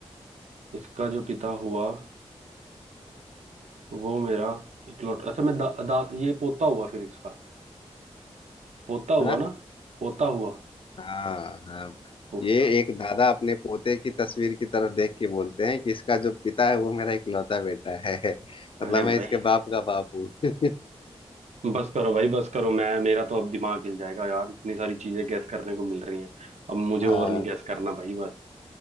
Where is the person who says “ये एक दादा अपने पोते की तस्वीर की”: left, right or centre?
Left